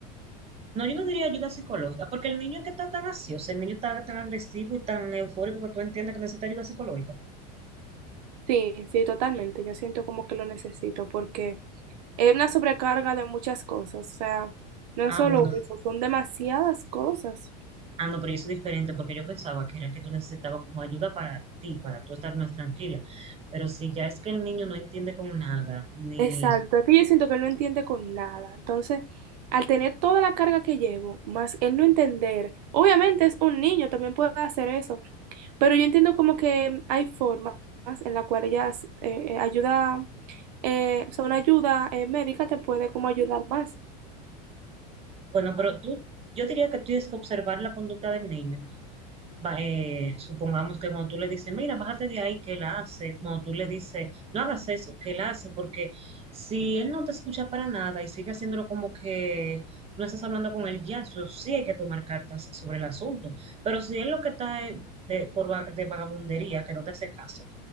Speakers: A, on the right; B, on the right.
A: No, yo no diría ayuda psicológica, porque el niño que está tan así, o sea, el niño está tan agresivo y tan eufórico que tú entiendes que necesita ayuda psicológica.
B: Sí, sí, totalmente. Yo siento como que lo necesito porque Es una sobrecarga de muchas cosas, o sea, no
A: Ah,
B: es solo
A: bueno,
B: eso, son demasiadas cosas.
A: ah, no, pero eso es diferente, porque yo pensaba que era que tú necesitabas como ayuda para ti, para tú estar más tranquila. Pero si ya es que el niño no entiende con nada, ni...
B: Exacto, es que yo siento que él no entiende con nada. Entonces, al tener toda la carga que llevo, más él no entender, obviamente es un niño, también puede hacer eso, pero yo entiendo como que hay formas en las cuales ellas eh, eh, ayuda, eh, o sea, una ayuda eh, médica te puede como ayudar más.
A: Bueno, pero tú, yo diría que tienes que observar la conducta del niño va- eh, supongamos que cuando tú le dices, mira, bájate de ahí, que él hace, cuando tú le dices, no hagas eso, que él hace, porque si él no te escucha para nada y sigue haciéndolo como que tú no estás hablando con él ya, eso sí hay que tomar cartas sobre el asunto. Pero si él lo que está es de, por va- de vagabundería, que no te hace caso,